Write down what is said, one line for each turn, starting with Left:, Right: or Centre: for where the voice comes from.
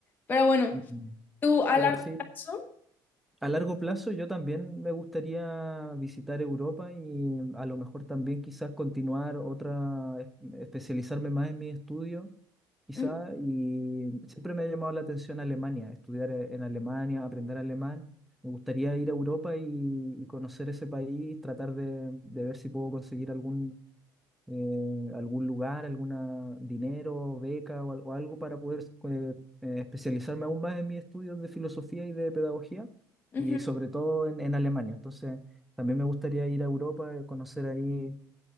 Left: Pero bueno,
Centre: Mm.
Left: tú a
Centre: Pero
Left: largo
Centre: sí,
Left: plazo,
Centre: a largo plazo yo también me gustaría visitar Europa y a lo mejor también quizás continuar otra, es- especializarme más en mi estudio quizá,
Left: ujú,
Centre: y siempre me ha llamado la atención Alemania, estudiar eh, en Alemania, aprender alemán. Me gustaría ir a Europa y, y conocer ese país, tratar de, de ver si puedo conseguir algún, eh, algún lugar, alguna dinero, beca o, al- o algo para poder eh, eh, especializarme aún más en mis estudios de filosofía y de pedagogía,
Left: ujú,
Centre: y sobre todo en, en Alemania. Entonces, también me gustaría ir a Europa, eh, conocer ahí.